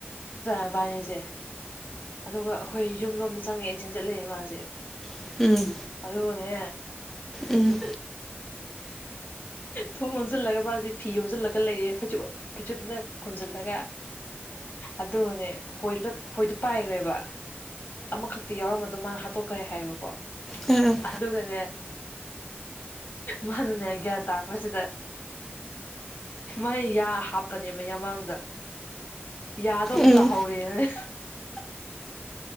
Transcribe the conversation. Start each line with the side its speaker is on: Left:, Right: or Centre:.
Left: ꯃꯕꯥꯅꯤꯁꯦ ꯑꯗꯨꯒ ꯑꯩꯈꯣꯏ ꯌꯨꯝ ꯂꯣꯝꯗ ꯆꯪꯉꯛꯑꯦ ꯆꯦꯟꯖꯠꯂꯛꯑꯦ ꯃꯥꯥꯁꯦ
Centre: ꯎꯝ
Left: ꯑꯗꯨꯒꯅꯦ
Centre: ꯎꯝ
Left: ꯊꯣꯡ ꯂꯣꯟꯁꯤꯜꯂꯒ ꯃꯥꯁꯦ ꯐꯤ ꯌꯣꯝꯁꯤꯜꯂꯒ ꯂꯩꯌꯦ ꯐꯩꯖꯨꯞ ꯐꯩꯖꯨꯞꯅ ꯈꯨꯝꯖꯤꯜꯂꯒ ꯑꯗꯨꯅꯦ ꯈꯣꯏ ꯈꯣꯏꯗꯣ ꯄꯥꯏꯈ꯭ꯔꯦꯕ ꯑꯃꯈꯛꯇꯤ ꯌꯥꯎꯔꯝꯕꯗꯣ ꯃꯥꯅ ꯍꯥꯠꯇꯣꯛꯈ꯭ꯔꯦ ꯍꯥꯏꯌꯦꯕꯀꯣ
Centre: ꯎꯝ
Left: ꯑꯗꯨꯒꯅꯦ ꯃꯥꯅꯅꯦ ꯒ꯭ꯌꯥꯟ ꯇꯥꯔꯛꯄꯁꯤꯗ ꯃꯥꯏ ꯌꯥ ꯍꯥꯞꯄꯅꯦꯕ ꯌꯥꯃꯥꯡꯗ ꯌꯥꯗꯣ ꯑꯃꯨꯛ
Centre: ꯎꯝ
Left: ꯇꯥꯍꯧꯔꯦꯅꯅꯦ